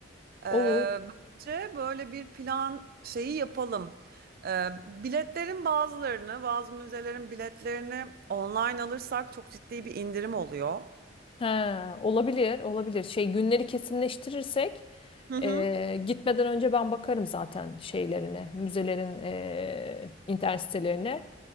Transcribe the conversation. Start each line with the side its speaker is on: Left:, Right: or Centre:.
Right: Ee,
Left: Olur.
Right: bence böyle bir plan şeyi yapalım. Ee, biletlerin bazılarını, bazı müzelerin biletlerini online alırsak çok ciddi bir indirim oluyor.
Left: He, olabilir, olabilir. Şey günleri kesinleştirirsek
Right: Hı hı.
Left: e, gitmeden önce ben bakarım zaten şeylerine, müzelerin e, internet sitelerine.